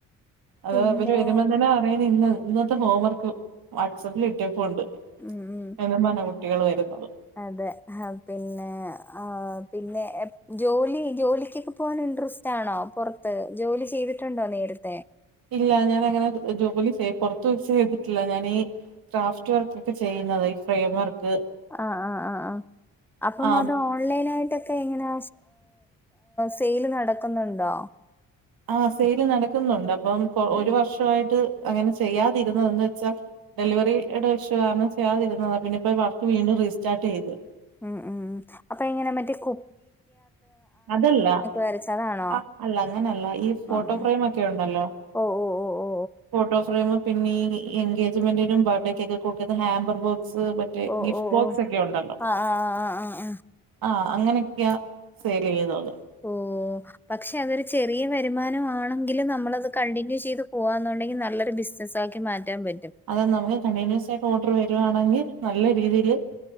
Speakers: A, on the right; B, in the centre.
A: അത്
B: പിന്നെ
A: അവര് വരുമ്പോ തന്നെ പറയും ഇന്ന് ഇ ഇ ഹോം വർക്ക് വാട്സആപ്പിൽ ഇട്ടിട്ടുണ്ട് ഉണ്ട്
B: ഉം ഉം
A: എന്നും പറഞ്ഞ കുട്ടികൾ വരുന്നത്
B: അതെ പിന്നെ പിന്നെ ജോലി ജോലിക്കൊക്കെ പോവാൻ ഇൻട്രസ്റ്റ് റ്റാണോ പുറത്ത് ജോലി ചെയ്തിട്ടുണ്ടോ നേരത്തെ
A: ഇല്ല ഞാനങ്ങനെ ജോലി ചെയ പുറത്ത വ ചെയ്തിട്ടില്ല ഞാനീ ക്രാഫ്റ്റ് വർക്ക് ഒക്കെ ചെയ്യുന്നതാണ് ഈ ഫ്രെയിം വർക്ക്
B: ആഹ് ആഹ് ആ് ആഹ് അപ്പം
A: ആ
B: അത് ഓൺലൈൻ ഓൺലൈനായിട്ടൊക്കെ എങ്ങനാ സെയിൽ നടക്കുന്നുണ്ടോ
A: ആ സെയില് നടക്കുന്നുണ്ട് അപ്പം കൊ
B: ഉം
A: ഒരു വർഷയിട്ട് അങ്ങനെ ചെയ്യാതിരുന്നതെന്ന് വെച്ചാൽ ഡെലിവറിയുടെ ഇഷ്യൂ കാരണം ചെയ്യാതിരുന്നത് പിന്നെപ്പപ്പോ വർക്ക് വീണ്ടും റീസ്റ്റാർട്ട് ചെയ്തു
B: ഉം ഉം അപ്പൊ ഇങ്ങനെ മറ്റേ കു
A: അതല്ല
B: വരച്ച അതാണോ
A: ആഹ് അല്ല അങ്ങനെയല്ല ഈ ഫോട്ടോ
B: ആഹ്
A: ഫ്രെയിം ഒക്കെ ഉണ്ടല്ലോ <inaudible>
B: ഓ ഓ ഓ ഓ
A: ഫോട്ടോ ഫ്രെയിം പിന്നെ ഈ എൻഗേജ്മെന്റിനും ബർത്ത്ഡേയ്ക്കെ കൊടുക്കത് ഹാമ്പർ ബോക്സ് മറ്റേ
B: ഓ ഓ
A: ഗിഫ്റ്റ്
B: ഓ
A: ബോക്സ്
B: ഓ
A: ഒക്കെ ഉണ്ടല്ലോ
B: ആഹ് ആഹ് ആഹ് ആഹ്
A: ആഹ് അങ്ങനെയൊക്കെയ സെയിൽ ചെയ്യുന്നത്
B: ഓഹ് പക്ഷെ അതൊരു ചെറിയ വരുമാനമാണെങ്കിലും നമ്മളത് കണ്ടിന്യൂ ചെയ്ത് പോവാന്നുണ്ടെങ്കി നല്ലൊരു ബിസ് നസാക്കി മാറ്റാൻ പറ്റും
A: അതോ നമുക്ക് കണ്ടിന്യൂസ് ആയിട്ട് ഓർഡറ് വരുവാണെങ്കി നല്ല രീതിയില്